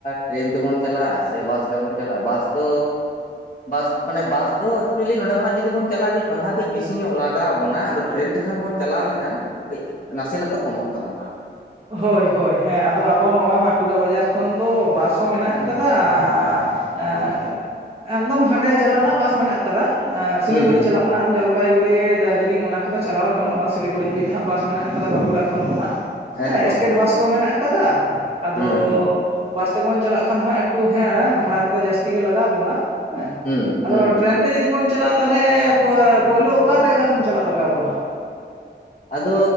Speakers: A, on the left; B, on the right.
A: ᱴᱨᱮᱹᱱ ᱛᱮᱵᱚᱱ ᱪᱟᱞᱟᱜᱼᱟ, ᱥᱮ, ᱵᱟᱥ ᱛᱮᱵᱚᱱ ᱪᱟᱞᱟᱜᱼᱟ, ᱵᱟᱥ ᱫᱚ ᱵᱟᱥ, ᱢᱟᱱᱮ ᱵᱟᱥ ᱫᱚ, ᱮᱠᱪᱩᱭᱮᱞᱤ ᱱᱚᱰᱮ ᱠᱷᱚᱱᱟᱜ, ᱡᱩᱫᱤ ᱵᱚᱱ ᱪᱟᱞᱟᱜᱼᱟ ᱠᱟᱹᱡ, ᱵᱷᱟᱲᱟ ᱠᱟᱹᱡ ᱵᱮᱥᱤ ᱧᱚᱜ, ᱞᱟᱜᱟᱣ ᱚᱱᱟ, ᱟᱫᱚ ᱴᱨᱮᱱ, ᱛᱮᱠᱷᱟᱱ ᱵᱚᱱ ᱪᱟᱞᱟᱣ ᱞᱮᱱᱠᱷᱟᱱ, ᱠᱟᱹᱡ ᱱᱟᱥᱮᱱᱟᱜ ᱫᱚ, ᱠᱚᱢᱚᱜ ᱛᱟᱵᱚᱱᱟ ᱾
B: ᱦᱳᱭ ᱦᱳᱭ ᱦᱮᱸ, ᱟᱫᱚ, ᱟᱵᱚ ᱱᱚᱣᱟ, ᱵᱟᱸᱠᱩᱲᱟ ᱵᱟᱡᱟᱨ ᱠᱷᱚᱱ ᱫᱚ, ᱵᱟᱥ ᱦᱚᱸ, ᱢᱮᱱᱟᱜ ᱟᱠᱟᱫᱼᱟ ᱾ ᱮᱼᱮᱠᱫᱚᱢ, ᱦᱟᱸᱰᱮ ᱪᱟᱞᱟᱜ ᱨᱮᱱᱟᱜ, ᱵᱟᱥ ᱢᱮᱱᱟᱜ ᱟᱠᱟᱫᱟ, ᱥᱤᱞᱤᱜᱩᱲᱤ
A: ᱦᱩᱸ ᱦᱩᱸ
B: ᱪᱟᱞᱟᱜ ᱨᱮᱱᱟᱜ, ᱡᱚᱞ ᱡᱚᱞᱯᱟᱭᱜᱩᱲᱤ, ᱫᱟᱨᱡᱤᱞᱤᱝ, ᱚᱱᱟ ᱠᱚᱫᱚ, ᱪᱟᱞᱟᱣ ᱜᱟᱱᱚᱜᱼᱟ ᱾ ᱥᱤᱞᱤᱜᱩᱲᱤ ᱦᱟᱹᱵᱤᱡ ᱫᱚ ᱦᱟᱸᱜ, ᱵᱟᱥ ᱢᱮᱱᱟᱜ ᱟᱠᱟᱫᱟ, ᱵᱟᱸᱠᱩᱲᱟ ᱠᱷᱚᱱ ᱫᱚ, ᱦᱟᱸᱜ ᱾
A: ᱮᱠᱫᱚᱢ
B: ᱦᱮᱸ, ᱮᱥᱴᱮᱴ
A: ᱮᱠᱫᱚᱢ
B: ᱵᱟᱥ ᱠᱚ, ᱢᱮᱱᱟᱜ ᱟᱠᱟᱫᱟ, ᱟᱫᱚ
A: ᱦᱩᱸ
B: ᱵᱟᱥ ᱛᱮᱵᱚᱱ, ᱪᱟᱞᱟᱜ ᱠᱷᱟᱱ ᱫᱚ, ᱦᱟᱸᱻ ᱮᱠᱴᱩ ᱦᱮᱸ, ᱵᱷᱟᱲᱟ ᱠᱚᱫᱚ, ᱡᱟᱹᱥᱛᱤ ᱜᱮ, ᱞᱟᱜᱟᱣ ᱟᱵᱚᱱᱟ ᱾ ᱮᱸᱻᱮ,
A: ᱦᱩᱸ
B: ᱟᱫᱚ
A: ᱦᱩᱸ
B: ᱴᱨᱮᱱ
A: ᱦᱩᱸ
B: ᱛᱮ, ᱡᱩᱫᱤ ᱵᱚᱱ, ᱪᱟᱞᱟᱜ ᱛᱟᱦᱟᱞᱮ, ᱯᱳᱭ ᱯᱳᱭᱞᱳ, ᱚᱠᱟᱨᱮ, ᱟᱠᱟ ᱠᱷᱚᱱ, ᱪᱟᱞᱟᱜ ᱞᱟᱜᱟᱣ ᱟᱵᱚᱱᱟ?
A: ᱟᱫᱚ,